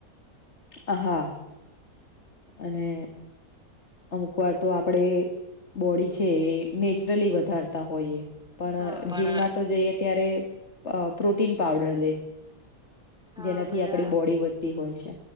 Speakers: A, on the left; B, in the centre.
A: હા. અને અમુક વાર તો આપણે બોડી છે એ નેચરલી વધારતા હોઈએ. પણ
B: હા પણ
A: જીમમાં તો જઈએ ત્યારે પ્રોટીન પાવડર લે
B: હા
A: જેનાથી
B: બધા
A: આપડી બોડી વધતી હોય છે.